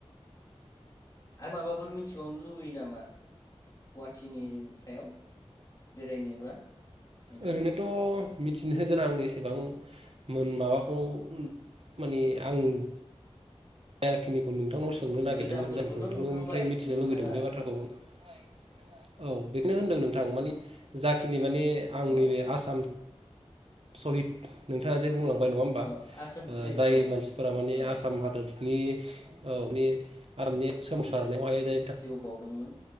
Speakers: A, on the left; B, on the right.
A: आरो माबाफोर मिथिबावनो लुबैयो नामा गुवाहाटिनि सायाव बेरायनोब्ला नोंथाङा
B: ओरैनोथ' मिथिनो गोनां आं एसेबां मोन माबाखौ माने आं जा खिनिखौ नु नोंथांनाव सोंनो नागिरदोंमोन
A: गोजामफोरखौथ'
B: जायनिखौ नोंथांनावनिफ्राय
A: नुखांबाय
B: मिथिनो
A: नोंथाङा
B: लुबैदों बे बाथ्राखौ
A: औ
B: औ बेखौनो होनदों नों थां माने जाखिनि माने आंनि
A: औ
B: बे आसाम सहिद नोंथाङा जे बुंलां बाय नङा होमबा
A: औ आसाम साइद
B: जाय
A: औ
B: मानसिफोरा माने
A: औ
B: आसाम हादोद नि औ नि आसामनि
A: जिउ बावदोंमोन